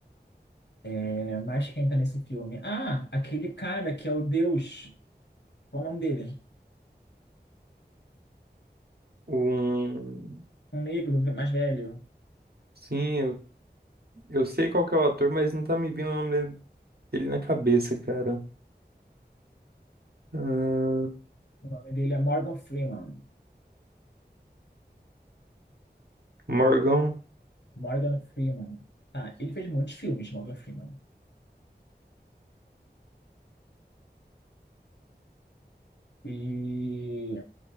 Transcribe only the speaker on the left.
É, mas quem tá nesse filme? Ah, aquele cara que é o Deus. Qual é o nome dele?
Um negro mais velho.
O nome dele é Morgan Freeman.
Morgan Freeman. Tá, ele fez muitos filmes, Morgan Freeman. E.